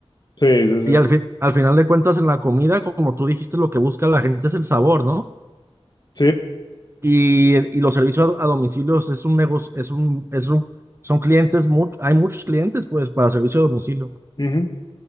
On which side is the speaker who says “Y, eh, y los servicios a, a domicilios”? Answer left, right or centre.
Right